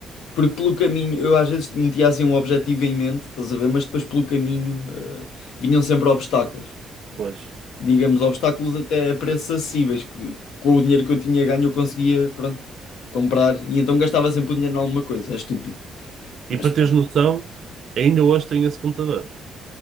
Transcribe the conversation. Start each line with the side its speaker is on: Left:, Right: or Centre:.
Left: Porque pelo caminho, eu às vezes metia assim um objetivo em mente, estás a ver? Mas depois pelo caminho, eh, vinham sempre obstáculos.
Right: Pois.
Left: Digamos, obstáculos até a preços acessíveis, que com o dinheiro que eu tinha ganho eu conseguia, pronto, comprar. E então gastava sempre o dinheiro em alguma coisa, é estúpido. Mas,
Right: E para
Left: pronto.
Right: teres noção, ainda hoje tenho esse computador.